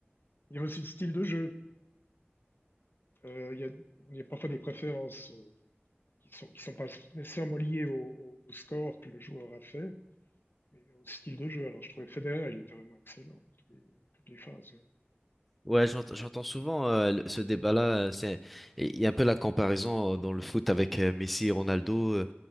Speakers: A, on the left (about 55°); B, in the centre.
A: Il y a aussi le style de jeu. Euh, il y a, il y a parfois des préférences euh, qui sont, qui sont pas nécessairement liées au, au- au score que le joueur a fait, mais au style de jeu. Alors, je trouvais Federer, il était vraiment excellent dans toutes les, dans toutes les phases.
B: Ouais, j'ent- j'entends souvent euh, le- ce débat-là. euh, C'est, il y a un peu la comparaison euh, dans le foot avec euh, Messi et Ronaldo, euh,